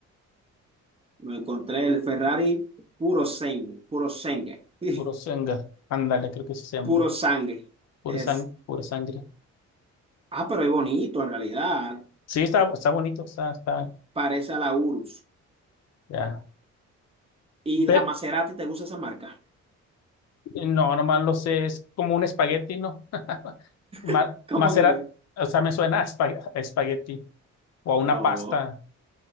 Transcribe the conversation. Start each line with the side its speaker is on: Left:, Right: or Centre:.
Right: Lo encontré, el Ferrari puro sangue, puro sangue, <laughs>
Left: Purosangue, ándale, creo que sí se llama,
Right: puro sangue.
Left: pura
Right: Es,
Left: sang- pura sangre.
Right: ah, pero es bonito en realidad.
Left: Sí, está, está bonito, está, está,
Right: parece a la Urus.
Left: ya.
Right: ¿Y
Left: Ve-
Right: la Maserati te gusta esa marca?
Left: no, nomás lo sé, es como un espagueti, ¿no? <laughs> Ma-
Right: <laughs> ¿Cómo
Left: Macerar,
Right: que?
Left: o sea, me suena a espa- a espagueti. o a una
Right: No,
Left: pasta.